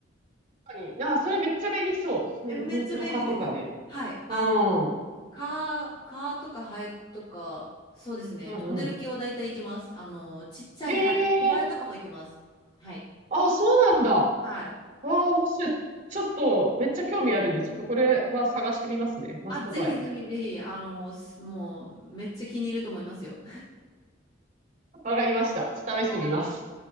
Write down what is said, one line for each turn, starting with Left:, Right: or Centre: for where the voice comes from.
Right: 確かに。あー、それめっちゃ便利そう。そん、
Left: え、めっちゃ便利です。
Right: 本当かとかね。
Left: はい。あの、
Right: うん。うん
Left: カー、カーとかハエとか、そうですね。
Right: うん。
Left: 飛んでる系は大体行けます。あの、ちっちゃいハエ、
Right: へ
Left: 小ハエとかも行けます。
Right: え、
Left: はい。
Right: あ、そうなんだ。
Left: はい。
Right: わあ、面白い。ちょっと、めっちゃ興味あるんで、ちょっとこれは探してみますね。マストバイ。
Left: あ、ぜひぜひぜひ、あの、すもう、めっちゃ気に入ると思いますよ。
Right: <laughs> わかりました。試してみます。
Left: <laughs>